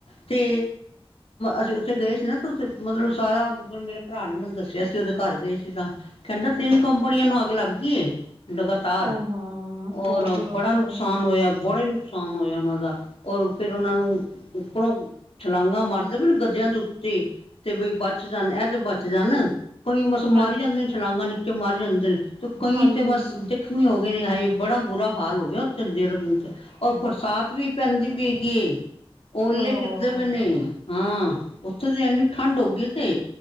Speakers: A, on the left; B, on the right.
A: ਤੇ ਅਸੀਂ ਉੱਥੇ ਗਏ ਸੀ ਨਾ ਉੱਥੇ ਮਤਲਬ ਸਾਰਾ ਮਤਲਬ ਮੇਰੇ ਭਰਾ ਨੇ ਮੈਨੂੰ ਦੱਸਿਆ ਸੀ ਉਹਦੇ ਘਰ ਗਏ ਜਿੱਦਾਂ ਕਹਿੰਦਾ ਸੀ
B: ਅੱਛਾ
A: ਤਿੰਨ ਕੰਪਨੀਆਂ
B: ਜੀ।
A: ਨੂੰ ਅੱਗ ਲੱਗ ਗਈ। ਲਗਾਤਾਰ
B: ਓ ਹਾਂ
A: ਔਰ
B: ਬਹੁਤ ਬੁਰਾ
A: ਬੜਾ
B: ਹਾਲ
A: ਨੁਕਸਾਨ
B: ਹੈ
A: ਹੋਇਆ ਬੜਾ ਨੁਕਸਾਨ ਹੋਇਆ ਉਹਨਾਂ ਦਾ ਔਰ ਫਿਰ ਉਹਨਾਂ ਨੂੰ ਉੱਪਰੋਂ ਛਲਾਂਗਾਂ ਮਰਦੇ ਨੇ ਗੱਦਿਆਂ ਦੇ ਉੱਤੇ। ਤੇ ਬਈ ਬਚ ਜਾਣ ਇਹ ਤੇ ਬਚ ਜਾਣ ਕਈ ਬਸ ਮਾਰੀ
B: ਹਾਂਜੀ
A: ਜਾਂਦੇ ਨੇ ਛਲਾਂਗਾਂ ਨੀਚੇ ਮਰ ਜਾਂਦੇ ਨੇ। ਤੇ ਕਈ
B: ਹਾਂਜੀ
A: ਤੇ
B: ਹਾਂਜੀ
A: ਬਸ ਜਖਮੀ ਹੋ ਗਏ ਨੇ ਹਾਏ ਬੜਾ ਬੁਰਾ ਹਾਲ ਹੋ ਗਿਆ ਉਥੇ ਦੇਹਰਾਦੂਨ ਤੇ। ਔਰ ਬਰਸਾਤ ਵੀ ਪੈਂਦੀ ਪਈ ਹੈਗੀ। ਓਲੇ
B: ਓਹੋ
A: ਕਿੱਦਾਂ ਬਣੇ ਹਾਂ ਉੱਥੇ ਤਾਂ ਇਨੀ ਠੰਡ ਹੋਗੀ ਤੇ